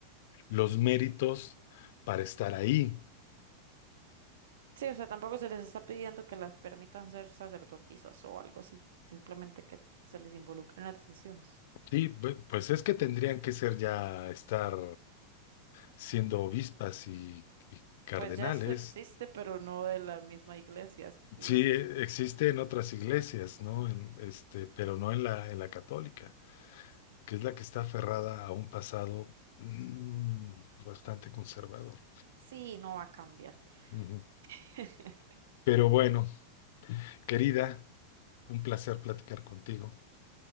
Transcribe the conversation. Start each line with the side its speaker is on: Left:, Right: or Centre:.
Left: los méritos para estar ahí.
Right: Sí, o sea, tampoco se les está pidiendo que las permitan ser sacerdotisas o algo así. Simplemente que se les involucren en las decisiones.
Left: Sí, bu- pues es que tendrían que ser ya estar siendo obispas y, y cardenales.
Right: Pues ya eso existe, pero no de la misma iglesia. Los...
Left: Sí, e- existe en otras iglesias, ¿no? En, este, pero no en la, en la católica, que es la que está aferrada a un pasado mm, bastante conservador.
Right: Sí, no va a cambiar.
Left: Ujú.
Right: <laughs>
Left: Pero bueno, querida. Un placer platicar contigo.